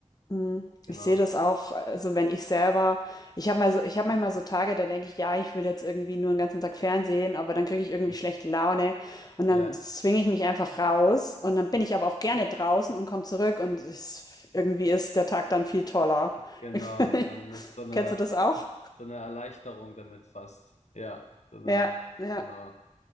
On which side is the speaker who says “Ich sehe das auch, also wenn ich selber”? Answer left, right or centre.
Left